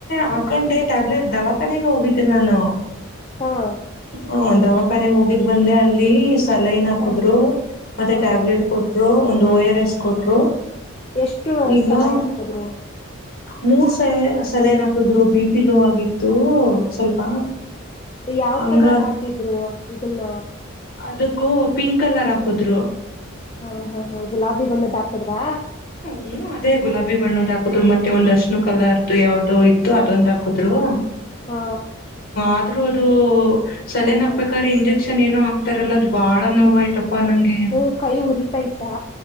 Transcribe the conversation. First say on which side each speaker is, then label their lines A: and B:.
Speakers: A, on the left; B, on the left.
A: ಹಾಕೊಂಡೆ ಟ್ಯಾಬ್ಲೆಟ್ ದವಾಖಾನೆಗೆ ಹೋಗಿದ್ದೆ ನಾನು
B: ಹಾ
A: ಹ ದವಾಖಾನೆ ಹೋಗಿದ್ ಬಂದೆ ಅಲ್ಲಿ ಸಲೈನ್ ಹಾಕುದ್ರು
B: ಹ
A: ಮತ್ತೆ
B: ಹಾ
A: ಟ್ಯಾಬ್ಲೆಟ್ ಕೊಟ್ರು ಒಂದು ಓ ಆರ್ ಎಸ್ ಕೊಟ್ರು
B: ಎಷ್ಟು
A: ಈಗ
B: ಸಲ ಹಾಕದ್ರು
A: ಮೂರ್ ಸಲ ಏನೋ ಹಾಕಿದ್ರು ಬಿಪಿ ಲೋ ಆಗಿತ್ತು <unintelligible> ಸ್ವಲ್ಪ
B: ಯಾವ
A: ಹಂಗ
B: ಕಲರ್ ಹಾಕಿದ್ರು ಇದನ್ನ
A: ಅದಕ್ಕೂ ಪಿಂಕ್ ಕಲರ್ ಹಾಕದ್ರು
B: ಹಾ ಹಾ ಹಾ ಗುಲಾಬಿ ಬಣ್ಣದ್ದ ಹಾಕದ್ರ
A: ಹ್ಮ ಅದೇ ಗುಲಾಬಿ ಬಣ್ಣದ ಹಾಕಿದ್ರು ಮತ್ತೆ ಒಂದ್ ಅಶ್ಣು ಕಲರ್ದು ಯಾವವುದೋ ಇತ್ತು ಅದೊಂದ್ ಹಾಕಿದ್ರು
B: ಹಾ
A: ಆದ್ರೂ ಅದು <unintelligible>
B: ಹಾ
A: ಹಾಕಬೇಕಾದರೆ ಇಂಜೆಕ್ಷನ್ ಏನೋ <unintelligible> ಅದು ಬಾಳ ನೋವಾಯ್ತಪ್ಪಾ ನಂಗೆ
B: ಹ್ಮ ಕೈ ಉರಿತಾ ಇತ್ತಾ